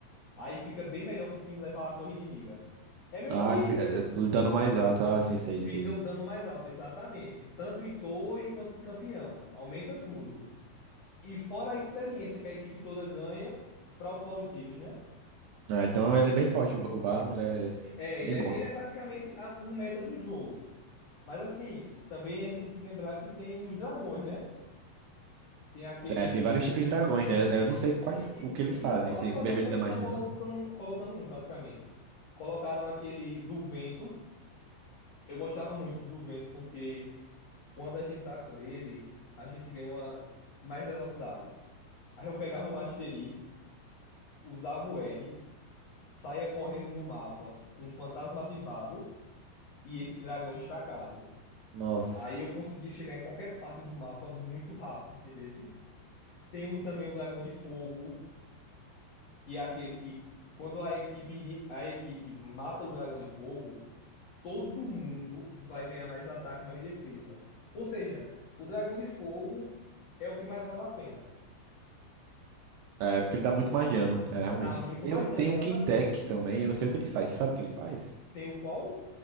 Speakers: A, on the left; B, on the right.
A: Aí fica bem melhor pro time levar a torre inimiga. É meio
B: Ah,
A: que
B: ele fica, é, o dano mais alto. Ah, sim, sei,
A: fica
B: sei.
A: o dano mais alto, exatamente. Tanto em torre quanto em campeão. Aumenta tudo. E fora a experiência que a equipe toda ganha para upar os níveis, né?
B: Ah, então ele é bem forte, o, Ba- o Baron, ele é
A: É,
B: bem
A: ele é,
B: bom.
A: ele é praticamente a, um meta do jogo. Mas assim, também a gente tem que lembrar que tem os dragões, né? Tem aquele.
B: É, tem vários tipos de dragões, né? É, Eu não sei quais,
A: E,
B: o que eles
A: e,
B: fazem.
A: e toda
B: Eu sei
A: atualização
B: que o vermelho dá
A: eles
B: mais
A: estão colocando,
B: dano.
A: colocando um, praticamente. Colocaram aquele do vento. Eu gostava muito do vento, porque quando a gente tá com ele, a gente ganha uma mais velocidade. Aí eu pegava o Mastery, usava o R, saia correndo no mapa com um fantasma ativado e esse dragão estacado.
B: Nossa.
A: Aí eu conseguia chegar em qualquer parte do mapa muito rápido, entendesse? Tem o, também o dragão de fogo, que é aquele que quando a equipe, ini- a equipe mata o dragão de fogo, todo mundo vai ganhar mais ataque, mais defesa. Ou seja, o dragão de fogo é o que mais vale a pena.
B: É, porque ele dá muito mais dano, é, realmente.
A: Dá muito
B: Tem,
A: mais
B: o- tem
A: dano, exatamente.
B: o Quintec também, eu não sei o que ele faz. Você sabe o que ele faz?
A: Tem o qual?